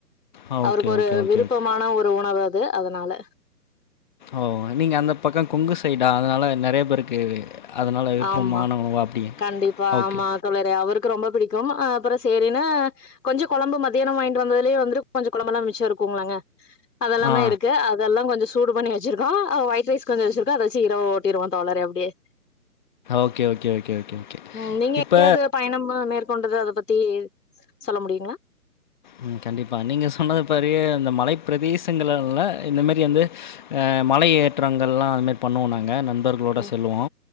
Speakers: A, on the left (about 30°); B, on the left (about 75°).
A: ஆ
B: அவருக்கொரு
A: ஓகே, ஓகே, ஓகே,
B: விருப்பமான
A: ஓகே.
B: ஒரு உணவு அது அதனால
A: ஓ நீங்க அந்த பக்க கொங்கு சைடா அதனால நறைய பேருக்கு அதனால விருப்பமான
B: ஆமா
A: உணவா அப்படி?
B: கண்டிப்பா
A: ஓகே.
B: ஆமா தோழரே அவருக் கு ரொம்ப பிடிக்கும் அ அப்புறோ சேரினு கொஞ்சோ கொழம்பு மத்தியானோ வாங்கிட்டு வந்ததுலயே வந்துட்டு கொஞ்சோ கொழம்பெல்லா மிச்ச இருக்கூங்ளேங்க அதெல்லாமே
A: ஆ.
B: இருக்கு அதெல்லா கொஞ்சோ ஸ் சூடு பண்ணி வச்சிருக்கோ ஆ வேட் ரைஸ் கொஞ்சோ வச்சிருக்கோ அத வச்சு இரவ ஓட்டிர்வோ தோழரே அப்டியே
A: okay, okay, okay, okay, okay.
B: ம் நீங்க
A: இப்ப
B: எங்கியாவ்து பயணம் மேற்கொண்டது அத பத் தே சொல்ல முடியுங்களா
A: ம் கண்டிப்பா நீங்க சொன்னது பாரு இந்த மலை பிரதேசங்கள்ல இந்த மாரி வந்து அ மலை ஏற்றங்கள் எல்லா அது மாரி பண்ணுவ நாங்க நண் பர்குளோட
B: ம்
A: செல்லுவோ